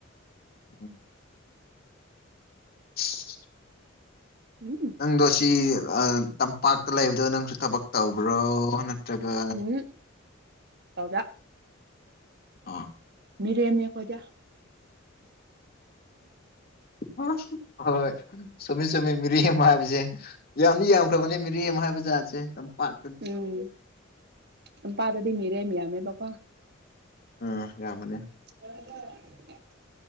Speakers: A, on the left; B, on the right.
A: <inaudible> <inaudible>
B: ꯎꯝ
A: ꯅꯪꯗꯣ ꯁꯤ ꯑꯥ ꯇꯝꯄꯥꯛꯇꯥ ꯂꯩꯕꯗꯣ ꯅꯪꯁꯨ ꯊꯕꯛ ꯇꯧꯕ꯭ꯔꯣ ꯅꯠꯇ꯭ꯔꯒ
B: ꯎꯝ ꯇꯧꯗꯦ
A: ꯑꯥ
B: ꯃꯤꯔꯦꯝꯅꯦ ꯑꯈꯣꯏꯗꯤ
A: <unintelligible> ꯍꯣꯏ ꯆꯨꯝꯃꯤ ꯆꯨꯝꯃꯤ ꯃꯤꯔꯦꯝ ꯍꯥꯏꯕ ꯖꯦ ꯌꯥꯝꯗꯤ ꯌꯥꯝꯈ꯭ꯔꯕꯅꯦ ꯃꯤꯔꯦꯝ ꯍꯥꯏꯕ ꯖꯥꯠꯁꯦ ꯇꯝꯄꯥꯛ
B: ꯎꯝ ꯇꯝꯄꯥꯥꯗꯗꯤ ꯃꯤꯔꯦꯝ ꯌꯥꯝꯃꯦꯕꯀꯣ
A: ꯑꯥ ꯌꯥꯝꯕꯅꯤ
B: <unintelligible>